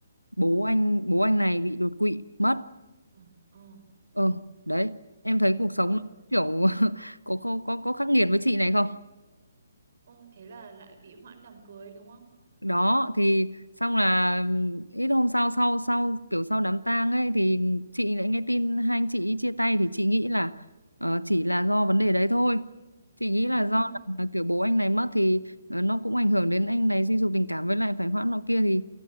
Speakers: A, on the left; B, on the right.
A: bố anh bố anh này bị đột quỵ mất
B: Ờ, ờ.
A: ờ đấy em thấy cuộc sống
B: Ôi,
A: kiểu <laughs> có có có có khắc nghiệt với chị này không
B: ô thế là lại bị hoãn đám cưới đúng không?
A: đó thì xong là ít hôm sau sau sau kiểu sau đám tang ấy thì chị lại nghe tin hai anh chị ý chia tay thì chị nghĩ là ờ, chỉ là do vấn đề đấy thôi chị nghĩ là
B: Ừ,
A: do là, là kiểu bố anh này mất thì ờ, nó cũng ảnh hưởng đến anh này suy sụp tình cảm với lại phải hoãn nọ kia thì